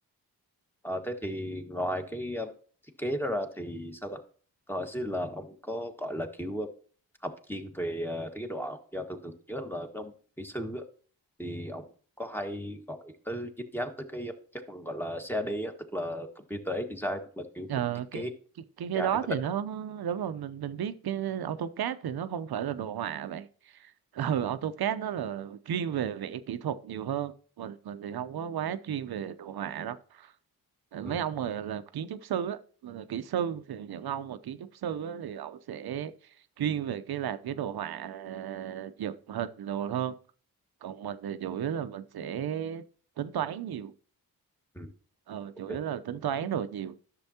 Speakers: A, in the centre; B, on the right.
A: ờ, thế thì ngoài cái ờ, thiết kế đó ra thì sao ta tôi hỏi xin là ông có gọi là kiểu ờ, học chuyên về ờ, thiết kế đồ họa không? do thường thường nhớ là mấy ông kỹ sư á, thì ông có hay gọi tới dính dáng tới cái cái phần gọi là CAD á, tức là computer aided design tức là kiểu
B: Ờ,
A: mình thiết
B: cái
A: kế
B: cái cái cái
A: nhà
B: đó
A: theo máy
B: thì
A: tính
B: nó
A: á.
B: đúng rồi mình mình biết cái AutoCAD thì nó không phải là đồ họa vậy <laughs> ừ, AutoCAD nó là chuyên về vẽ kỹ thuật nhiều hơn mình mình thì không có quá chuyên về đồ họa đâu Ờ, mấy
A: ừ.
B: ông mà làm kiến trúc sư á mà là kỹ sư thì những ông mà kiến trúc sư á thì ông sẽ chuyên về cái làm cái đồ họa à, dựng hình đồ hơn còn mình thì chủ yếu là mình sẽ tính toán nhiều
A: ừ.
B: ờ
A: ok
B: chủ yếu là tính toán đồ nhiều